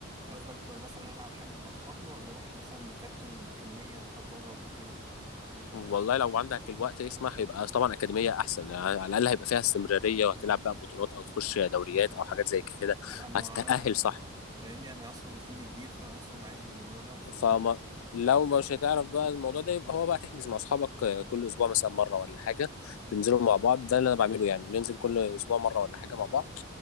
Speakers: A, on the right; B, on the left.
A: قصدك مثلا العب حجز مع اصحابي ولا اروح مثلا لكابتن اكاديميه اروح اتدرب وكده
B: والله لو عندك الوقت يسمح يبقى طبعا اكاديميه احسن يعني على الاقل هيبقى فيها استمراريه وهتلعب بقى بطولات او تخش دوريات او حاجات زي كده
A: لا ما
B: هتتاهل
A: انا
B: صح
A: فاهمني انا اصلا سني كبير فانا اصلا عايز الموضوع ده فور
B: فما
A: فن
B: لو مش هتعرف بقى الموضوع ده يبقى هو بقى تحجز مع اصحابك آه، كل اسبوع مثلا مره ولا حاجه تنزلوا مع بعض ده اللي انا بعمله يعني ننزل كل اسبوع مره ولا حاجه مع بعض